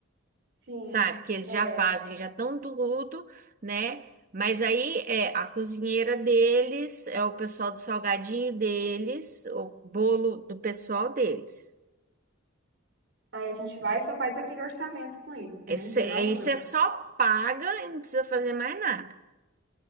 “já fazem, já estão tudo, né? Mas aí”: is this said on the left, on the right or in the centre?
Right